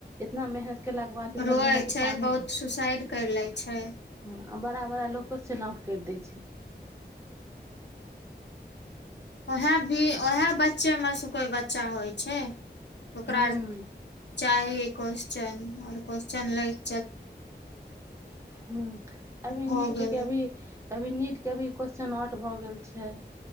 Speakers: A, on the right; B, on the left.
A: इतना मेहनत। केलाके बाद ई
B: रोए
A: सब मेहनत
B: छै
A: पानी
B: बहुत
A: भर
B: सुसाइड करि लै छै
A: ह बड़ा बड़ा लोकके चनाउट करि दै छै
B: ओएह भी ओएह बच्चे मे से कोइ बच्चा होइ छै। मकर
A: हूँ
B: चाहे क्वश्चन आओर क्वस््चन लैक
A: ह अभी नीटके
B: हो गेलै
A: अभी
B: तऽ
A: अभी नीट के भी क्वेशस्चन आउट भऽ गेल छै